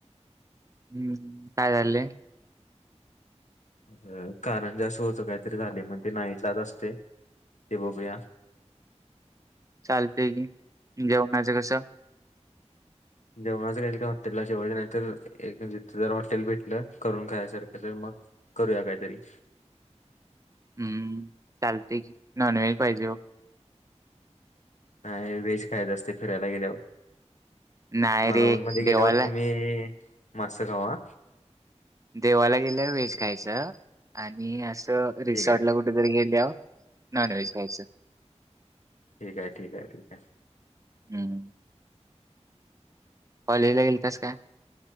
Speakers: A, on the right; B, on the left.
A: हुं... काय झालंय?
B: व्हय कारण ज्या अस होतं काहीतरी झाले मग ते नाईटलाच असतय. ते बघूया.
A: चालतेय की जेवणाचं कसं?
B: जेवणाच काय तिथं हॉटेलला जेवायच नाही तर, एक तिथं जर हॉटेल भेटलं करून खायसारखं तर करूया कायतरी
A: हम्म चालतयं की नॉन व्हेज पाहिजे बघ.
B: नाय... व्हेज खायचं असतयं फिरायला गेल्यावर
A: नाही
B: मालवणमध्ये
A: रे
B: गेल्यावर
A: देवाला
B: तुम्ही मासं खावा.
A: देवाला गेल्यावर व्हेज खायचं आणि असं
B: ठीक
A: रिसॉर्ट
B: आहे
A: कुठं तरी गेल्याव नॉनव्हेज खायच
B: ठीक आहे ठीक आहे ठीक आहे
A: हम्म कॉलेजला गेलतास काय